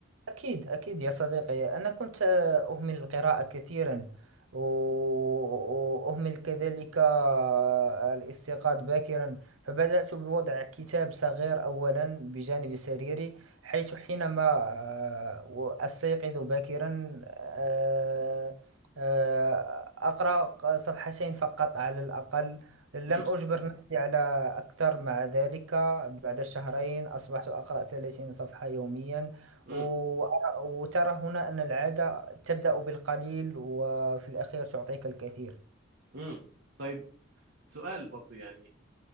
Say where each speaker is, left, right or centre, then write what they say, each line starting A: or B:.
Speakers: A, on the right (about 80°); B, on the right (about 65°).
A: أكيد أكيد يا صديقي أنا كنت آه، أهمل القراءة كثيرا و- وأهمل كذلك آه، الاستيقاظ باكرا فبدأت بوضع كتاب صغير أولا بجانب سريري حيث حينما آه، أستيقظ باكرا آه، آه، أقرأ صفحتين فقط على الأقل لم
B: م-
A: أجبر نفسي على أكثر مع ذلك بعد شهرين أصبحت أقرأ 30 صفحة يوميا
B: م.
A: وأرى- وترى هنا أن العادة تبدأ بالقليل وفي الأخير تعطيك الكثير
B: امم طيب سؤال برضو يعني